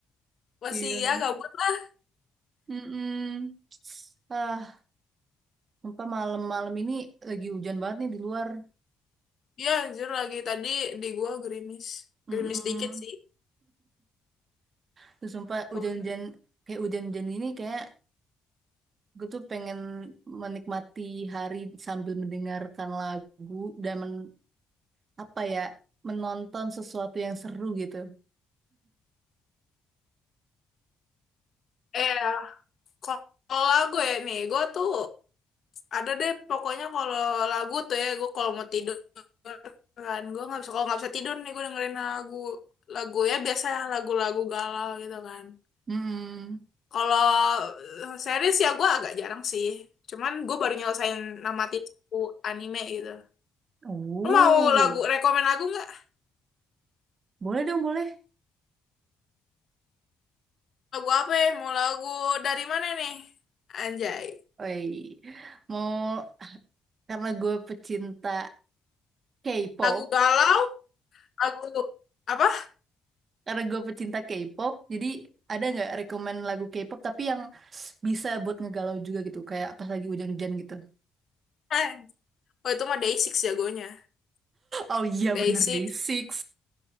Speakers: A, on the left; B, on the right.
A: masih
B: iya.
A: ya gabut lah.
B: Mm-mm. Ah, sumpah malam-malam ini lagi hujan banget nih di luar.
A: Ya anjir lagi tadi di gua gerimis,
B: Mm-mm.
A: gerimis dikit sih.
B: Terus sumpah
A: Ya
B: hujan-hujan
A: udah.
B: kayak hujan-hujan ini kayak gue tuh pengen menikmati hari sambil mendengarkan lagu dan men- apa ya menonton sesuatu yang seru gitu.
A: Eh ya, kalau lagu ya nih, gua tuh ada deh pokoknya kalau lagu tuh ya gua kalau mau tidur kan gua nggak bisa kalau nggak bisa tidur nih gua dengerin lagu lagu ya biasa lagu-lagu galau gitu kan.
B: Mm-mm.
A: Kalau eh, series ya gue agak jarang sih. Cuman gue baru nyelesain namati satu anime gitu.
B: Oh.
A: Lu mau lagu, rekomen lagu nggak?
B: Boleh dong, boleh.
A: Lagu apa ya? Mau lagu dari mana nih? Anjay.
B: Woi, mau karena gue pecinta K-pop,
A: Lagu galau? Lagu apa?
B: karena gue pecinta K-pop, jadi ada nggak rekomen lagu K-pop tapi yang bisa buat ngegalau juga gitu, kayak pas lagi hujan-hujan gitu. <laughs>
A: Eh, oh itu mah Day6 jagonya.
B: Oh iya
A: Day6,
B: bener deh, Six.